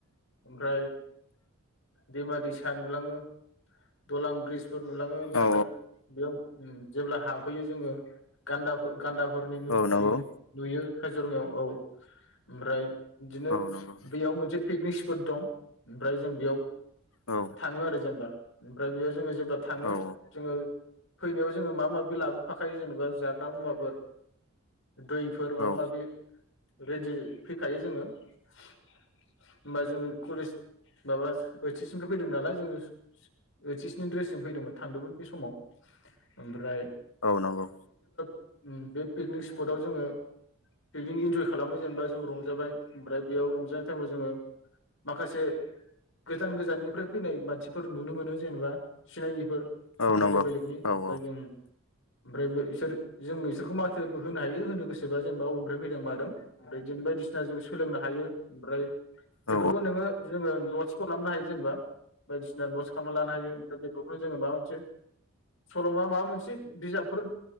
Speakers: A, on the left; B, on the left.
A: ओमफ्राय दैमा-दैसा नुलाङो दलां ब्रिजफोर नुलाङो ओमफ्राय
B: औ
A: बेयाव जेब्ला हाबहैयो जोङो गान्दा गान्दाफोर नि मुुरथि
B: औ नंगौ
A: नुयो। काजिरङायाव औ ओमफ्राय बिदिनो
B: औ नंगौ
A: बेयाव मोनसे पिकनिक स्पट दं। ओमफ्राय जों बेयाव
B: औ
A: थाङो आरो जेनेबा ओमफ्राय बेयाव जोङो जेब्ला थाङो
B: औ
A: जोङो फैनायाव जोङो माबा माबि लाबोफाखायो जेनेबा जाग्रा मुवाफोर दैफोर माबा
B: औ
A: माबि रेडि फैखायो जोङो होमबा जोङो कलेज माबा ओइच एसनिफ्राय फैदोंमोन नालाय जोङो ओइच एसनि ड्रेसजों फैदोंमोन थांदोंमोन बे समाव ओमफ्राय
B: औ नंगौ
A: <unintelligible> उम बे पिकनिक स्पटाव जोङो पिकनिक इन्जय खालामो जेनेबा जों रंजाबाय ओमफ्राय बेयाव रंजानाय टाइमाव जोङो माखासे गोजान गोजाननिफ्राय फैनाय मानसिफोर नुनो मोनो जेनेबा सिनायिफोर।
B: औ
A: बेलेग
B: नंगौ
A: बेलेगनि। ओमफ्राय
B: औ औ
A: जों ओमफ्राय बिसोर जों बिसोरखौ माथो होनो हायो होनो गोसोबा जेनेबा बबेनिफ्राय फैदों मादों। आरो बिदिनो बायदिसिना जों सोलोंनो हायो <unintelligible> ओमफ्राय बेफोरखौ
B: औ
A: नोङो जोङो नटसबो खालामनो हायो जेनेबा बायदिसिना नटस खालामना लानो हायो ओमफ्राय बेफोरखौनो जोङो माबा मोनसे सल'मा माबा मोनसे बिजाबफोर